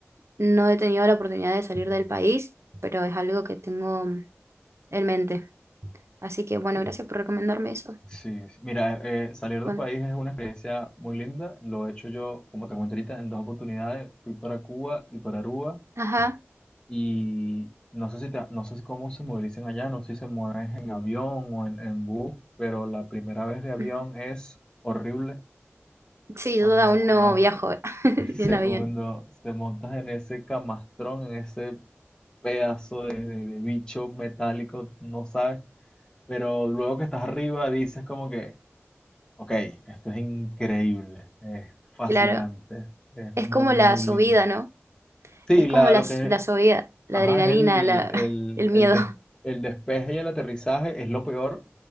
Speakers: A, on the right; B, on the left.
A: no he tenido la oportunidad de salir del país, pero es algo que tengo mm, en mente. Así que bueno, gracias por recomendarme eso.
B: Sí, sí. mira, eh, salir del
A: Bueno,
B: país es una experiencia muy linda. Lo he hecho yo, como te comenté ahorita, en dos oportunidades. Fui para Cuba y para Aruba.
A: ajá.
B: Y no sé si te- no sé si cómo se movilizan allá, no sé si se mueven en avión o en, en bus, pero la primera vez de avión
A: ujú.
B: es horrible
A: Sí,
B: cuando
A: yo aún
B: uno
A: no viajo <laughs> en
B: Segundo,
A: avión.
B: te montas en ese camastrón, en ese pedazo de, de- de bicho metálico, no sabes, pero luego que estás arriba dices como que, ok, esto es increíble, fascinante,
A: Claro,
B: es
A: es
B: muy,
A: como la
B: muy
A: subida,
B: lindo.
A: ¿no?
B: Sí,
A: Es como
B: la,
A: la,
B: lo que
A: la
B: es,
A: subida, la
B: ajá,
A: adrenalina,
B: es el,
A: la,
B: el,
A: <laughs> el
B: el,
A: miedo.
B: des- el despeje y el aterrizaje es lo peor,